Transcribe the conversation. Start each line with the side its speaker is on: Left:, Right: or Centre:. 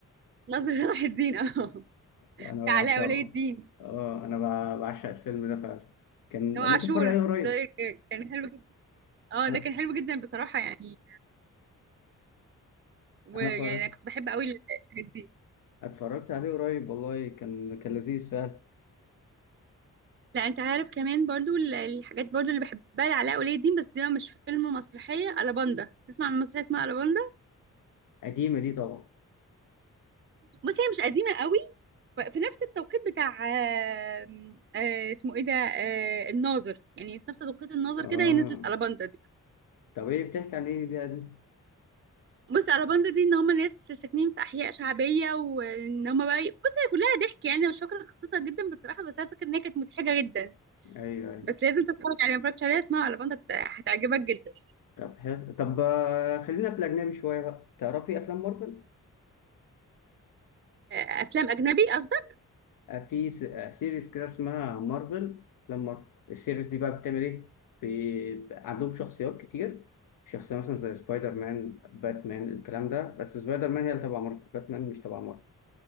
Right: ناصر صلاح الدين اه <laughs>
Left: أنا
Right: بتاع
Left: بعشقه
Right: علاء ولي الدين
Left: اه أنا بع- بعشق الفيلم ده فعلا كان
Right: ده عاشور
Left: لسه اتفرج عليه قريب
Right: ده كان حلو جدا اه
Left: أنا
Right: ده كان حلو جدا بصراحه يعني ويعني
Left: أنا اتفرج-
Right: انا كنت بحب قوي الحاجات دي
Left: اتفرجت عليه قريب والله كان كان لذيذ فعلا
Right: لا انت عارف كمان برضو ال- الحاجات برضو اللي بحبها لعلاء ولي الدين بس دي بقى مش فيلم مسرحيه الاباندا تسمع عن مسرحيه اسمها الاباندا
Left: قديمة دي طبعا
Right: بصي هي مش قديمه قوي في نفس التوقيت بتاع آم، آه، اسمه ايه ده آه، الناظر يعني في نفس توقيت الناظر
Left: اه
Right: كده هي نزلت الاباندا دي
Left: طب ايه بتحكي عن ايه بقى دي؟
Right: بصي الاباندا دي ان هم ناس ساكنين في احياء شعبيه وان هم بقى بصي هي كلها ضحك يعني أنا مش فاكره قصتها جدا بصراحه بس انا فاكره ان هي كانت مضحكه جدا
Left: ايوه ايوه
Right: بس لازم تتفرج عليها ما اتفرجتش عليها اسمها الاباندا هت- هتعجبك جدا
Left: طب حلو طب آه، خلينا في الاجنبي شويه بقى تعرفي افلام مارفل؟
Right: آه، افلام اجنبي قصدي
Left: آه، في س- آه، سيريز كده اسمها مارفل افلام مارفل السيريز دي بقى بتعمل ايه؟ في عندهم شخصيات كتير شخصيه مثلا زي سبايدر مان باتمان الكلام ده بس سبايدر مان هي اللي تبع مارفل باتمان مش تبع مارفل